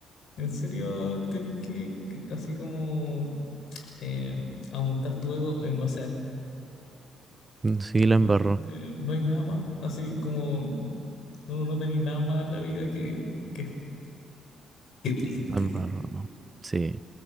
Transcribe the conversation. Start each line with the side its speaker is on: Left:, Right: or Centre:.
Left: en serio, tenés que, que- así como, eh, aumentar tu ego en base a esto.
Right: mm, sí,
Left: Literalmente
Right: la embarró,
Left: no hay nada más, así como no, no tenéis nada más en la vida que, que esto. Qué triste.
Right: la embarró, no. Sí,